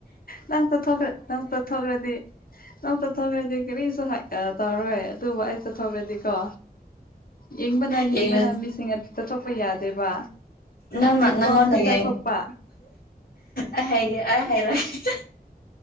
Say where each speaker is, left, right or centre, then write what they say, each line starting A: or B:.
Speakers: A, on the left; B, on the left.
A: ꯅꯪ ꯄꯊ꯭ꯔ ꯅꯪ ꯄꯊꯣꯒ꯭ꯔꯗꯤ ꯅꯪꯁꯨ ꯆꯠꯊꯣꯛꯈ꯭ꯔꯗꯤ ꯀꯔꯤꯁꯨ ꯇꯧꯔꯣꯏ ꯑꯗꯨꯕꯨ ꯑꯩ ꯆꯠꯊꯣꯛꯈ꯭ꯔꯗꯤ ꯀꯣ ꯌꯦꯡꯕꯅ ꯌꯦꯡꯕꯅ
B: ꯌꯦꯡꯅ
A: ꯃꯤꯁꯤꯡ ꯇꯠꯊꯣꯛꯄ ꯌꯥꯗꯦꯕ
B: ꯅꯪꯅ
A: ꯄꯤꯝꯄꯜꯁ
B: ꯅꯪꯉꯣꯟꯗ
A: ꯈꯛꯇ
B: ꯌꯦꯡ
A: ꯊꯣꯛꯄ
B: ꯑꯩ ꯍꯥꯏꯒꯦ ꯑꯩ ꯍꯥꯏꯔꯒꯦ